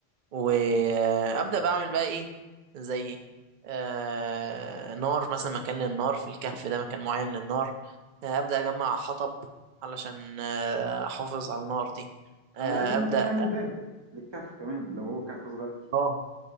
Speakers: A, on the right; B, on the right.
A: وابدا بعمل بقى ايه زي آه، نار مثلا مكان للنار في الكهف ده مكان معين للنار آه، ابدا اجمع حطب علشان آه، احافظ على النار دي آه،
B: على الاقل
A: ابدا
B: ممكن نعمل باب للكهف كمان لو هو كهف صغير
A: اه